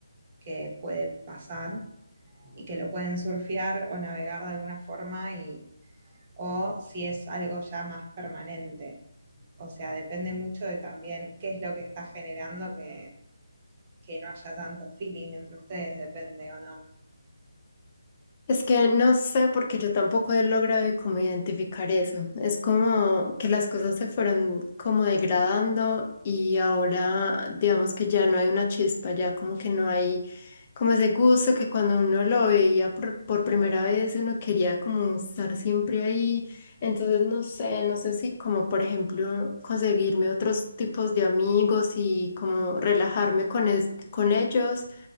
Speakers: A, on the right; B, on the left.
A: que puede pasar y que lo pueden surfear o navegar de alguna forma y, o si es algo ya más permanente. O sea, depende mucho de también qué es lo que está generando que que no haya tanto feeling entre ustedes, depende o no.
B: Es que no sé porque yo tampoco he logrado y como identificar eso. Es como que las cosas se fueron como degradando y ahora digamos que ya no hay una chispa, ya como que no hay como ese gusto que cuando uno lo veía por, por primera vez uno quería como estar siempre ahí. Entonces no sé, no sé si como por ejemplo conseguirme otros tipos de amigos y como relajarme con, es- con ellos